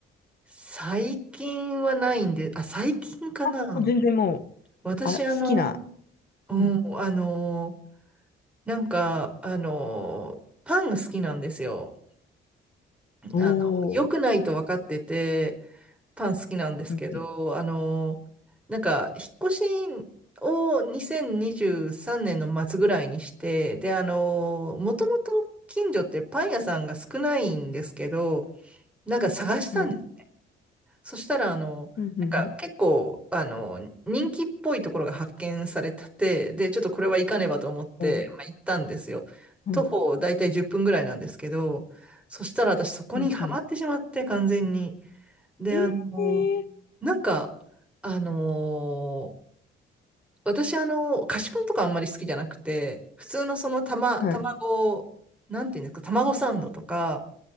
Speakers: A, in the centre; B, on the left.
A: 最近はないんで、あ、最近かな。
B: あ、もう全然もう、
A: 私、
B: あ、好きな。
A: あの、うん、
B: うん
A: あの、なんか、あの、パンが好きなんですよ。
B: お
A: あの、良くないと分かってて、
B: お。
A: パン好きなんですけど、
B: うんうん。
A: あの、なんか、引っ越しを2023年の末ぐらいにして、で、あの、もともと近所ってパン屋さんが少ないんですけど、なんか探したんです。
B: はい。
A: そしたら、あの、
B: うんうんうん。
A: なんか結構、あの、人気っぽいところが発見されてて、で、ちょっとこれは行かねばと思って、
B: おー
A: まあ、行ったんですよ。
B: はい。
A: 徒歩大体10分ぐらいなんですけど、そしたら私そこにはまってしまって、
B: うんうん。
A: 完全に。で、
B: ええー
A: あの、なんか、あの、私、あの、菓子パンとかあんまり好きじゃなくて、普通のそのたま、
B: はい。
A: 卵、なんていうんですか、卵サンドとか、